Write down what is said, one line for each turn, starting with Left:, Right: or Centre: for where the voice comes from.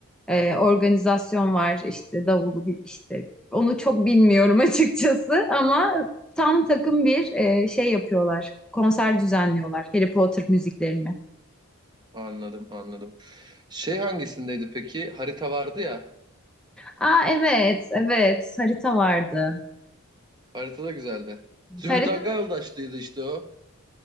Centre: e, organizasyon var işte davulu bir- işte onu çok bilmiyorum <laughs> açıkçası ama tam takım bir e, şey yapıyorlar. Konser düzenliyorlar Harry Potter müziklerini.
Right: anladım anladım. Şey hangisindeydi peki? Harita vardı ya.
Centre: Aa evet evet harita vardı.
Right: Harita da güzeldi. Zümrüt
Centre: Harita
Right: Anka Yoldaş'tıydı işte o.